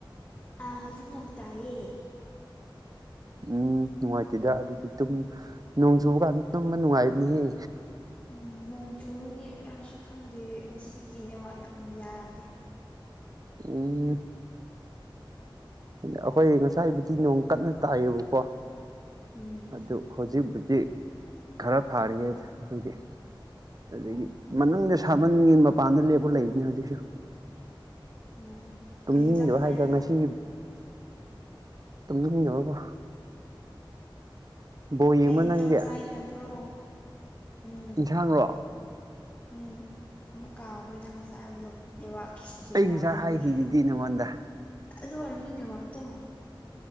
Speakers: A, on the left; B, on the right.
A: ꯑꯥ ꯍꯧꯖꯤꯛ ꯅꯅꯨꯡ ꯇꯥꯏꯌꯦ
B: ꯎꯝ ꯅꯨꯡꯉꯥꯏꯇꯦꯗ ꯑꯗꯨꯗꯤꯨꯝ ꯅꯣꯡ ꯆꯨꯕ ꯀꯥꯟꯗ ꯇꯨꯝꯕ ꯅꯨꯡꯉꯥꯏꯕꯅꯤꯍꯦ
A: ꯎ ꯅꯣꯡ ꯆꯨꯕꯒꯤꯁꯨ ꯈꯪꯗꯦ ꯉꯁꯤꯒꯤꯅꯦꯕ ꯌꯥꯝ ꯌꯥꯗꯦ
B: ꯎꯝ ꯑꯗ ꯑꯩꯈꯣꯏ ꯉꯁꯥꯏꯕꯨꯗꯤ ꯅꯣꯡ ꯀꯟꯅ ꯇꯥꯏꯌꯦꯕꯀꯣ
A: ꯎꯝ
B: ꯑꯗꯨ ꯍꯧꯖꯤꯛꯕꯨꯨꯗꯤ ꯈꯔ ꯐꯔꯤꯌꯦ ꯑꯩꯈꯣꯏꯗꯤ ꯑꯗꯒꯤ
A: ꯑꯣ
B: ꯃꯅꯨꯡꯗ ꯁꯥꯃꯟꯒꯤ ꯃꯄꯥꯟꯗ ꯂꯦꯞꯄ ꯂꯩꯕꯅꯤ ꯍꯧꯖꯤꯛꯁꯨ
A: ꯑꯣ
B: ꯇꯨꯝꯅꯤꯡꯗꯕ
A: ꯀꯩ ꯌꯦꯟꯁꯥꯡ ꯆꯥꯏ
B: ꯍꯥꯏꯗ꯭ꯔ
A: ꯍꯥꯏꯕ
B: ꯉꯁꯤ ꯇꯨꯝꯅꯤꯡ ꯌꯦꯕꯣꯀꯣ ꯕꯣꯜ ꯌꯦꯡꯕ꯭ꯔꯥ
A: ꯀꯩ ꯏꯟꯁꯥꯡ
B: ꯅꯪꯗꯤ
A: ꯆꯥꯏ ꯍꯥꯏꯕ꯭ꯔꯣ ꯎꯝ
B: ꯌꯦꯟꯁꯥꯡꯔꯣ
A: ꯎꯝ ꯑꯃꯨꯛ ꯀꯥꯎꯈ꯭ꯔꯦꯗꯪ ꯉꯁꯥꯏ ꯍꯥꯏꯕꯗꯣ ꯂꯩꯕꯥꯛꯀꯤꯁꯨ
B: ꯑꯩ
A: ꯅꯨꯡꯉꯥꯏꯇꯕꯒꯤ
B: ꯉꯁꯥꯏ ꯍꯥꯏꯈꯤꯗꯨꯗꯤ ꯅꯉꯣꯟꯗ
A: ꯑꯗꯣ ꯑꯣꯔꯖꯨ ꯅꯦꯋꯥꯛꯛꯇꯣ